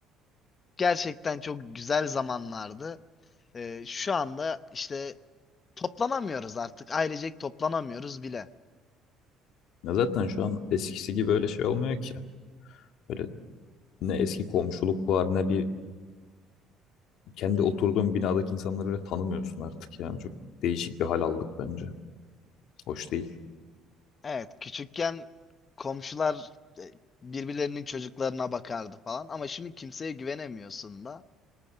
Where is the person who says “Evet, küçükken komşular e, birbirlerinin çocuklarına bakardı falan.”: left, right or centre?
Left